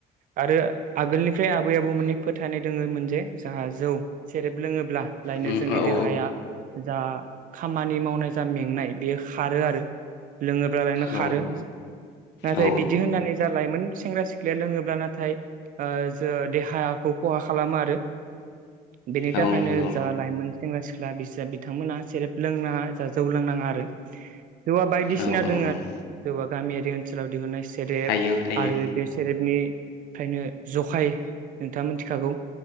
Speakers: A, on the right (about 55°); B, on the left (about 85°).
A: आरो आगोलनिफ्राय आबै आबौमोननि फोथायनाय दोङोमोन जे जाहा जौ सेरेब लोङोब्ला लायनो
B: उम
A: जोंनि
B: औ औ
A: देहाया जा खामानि मावनाय जा मेंनाय बेयो खारो आरो लोङोब्लाालायनो
B: औ
A: खारो नाथाय
B: औ
A: बिदि होननानै जा लाायमोन सेंग्रा सिख्लाया लोङोब्ला नाथाय ओ जो देहाखौ खहा खालामो आरो। बेनि थाखायनो
B: औ नंगौ
A: जा लाइमोन सेंग्रा सिख्ला बिस-बिथांमोना सेरेब लोंना जौ लोंनाङा आरो। जौआ बायदिसिना
B: औ औ
A: दङ
B: औ
A: आ जौआ गामियारि ओनसोलाव दिहुननाय सि सेरेब
B: थायो थायो
A: आरो बे सेरेबनि फ्रायनो जखाय नोंथाङा मिथिखागौ